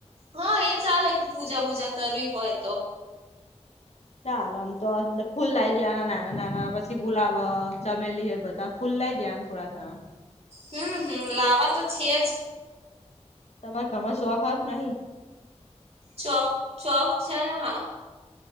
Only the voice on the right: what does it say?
હા, એ ચાલે પૂજા બૂજા કરવી હોય તો.
હમ હમ લાવા તો છે જ.
ચોક ચોક છે ને હા.